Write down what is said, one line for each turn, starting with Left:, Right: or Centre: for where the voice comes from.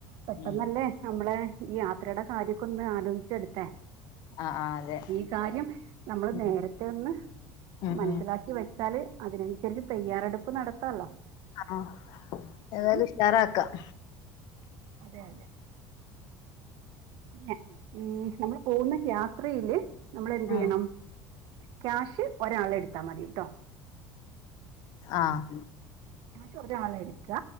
Right: പെട്ടെന്നല്ലേ
Left: ഉം
Right: നമ്മളെ ഈ യാത്രയുടെ കാര്യൊക്ക ഒന്ന് ആലോചിച്ച എടുത്തേ
Left: അഹ് ആഹ് അതെ
Right: പ്പീ കാര്യം നമ്മള്
Left: ഉം
Right: നേരത്തെ ഒന്ന്
Left: ഉം
Right: മനസ്സിലാക്കി
Left: ഉം
Right: വെച്ചാല് അതിനനുസരിച്ച് തയ്യാറെടുപ്പ് നടത്താല്ലോ.
Left: അണോ ഏതായാലും
Right: ഉം
Left: ഉഷാറാക്കാം.
Right: അതെ അതെ എഹ് ഉം നമ്മള് പോകുന്ന യാത്രയില്. നമ്മൾ എന്ത് ചെയ്യണം
Left: ആഹ്
Right: ക്യാഷ് ഒരാളെ എടുത്താ മതിട്ടോ.
Left: ആഹ്
Right: ക്യാഷ് ഒരാള എടുക്ക